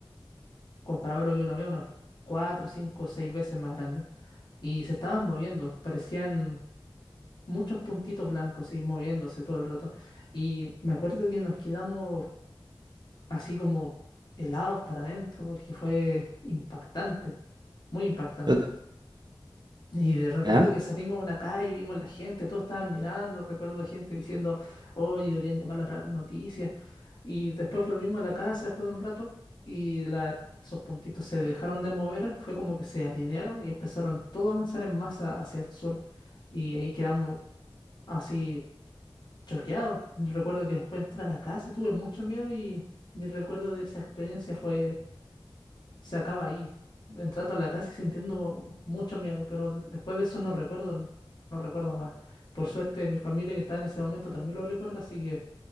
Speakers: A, on the left (about 50°); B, on the right (about 50°).
A: comparable a lo que uno ve, unas 4, 5, 6 veces más grandes. Y se estaban moviendo, parecían muchos puntitos blancos y moviéndose todo el rato. Y me acuerdo que nos quedamos así como helados para adentro, porque fue impactante, muy impactante.
B: Yo- t-
A: Y de- recuerdo
B: ¿ya?
A: que salimos a una calle y vimos la gente, todos estaban mirando, recuerdo gente diciendo, oye, deberían llamar a las noticias. Y después volvimos a la casa después de un rato y la- esos puntitos se dejaron de mover, fue como que se alinearon y empezaron todos a avanzar en masa hacia el sur. Y ahí quedamos así choqueados. Recuerdo que después entré a la casa y tuve mucho miedo y mi recuerdo de esa experiencia fue se acaba ahí, entrando a la casa y sintiendo mucho miedo, pero de- después de eso no recuerdo, no recuerdo más. Por suerte, mi familia que estaba en ese momento también lo recuerda, así que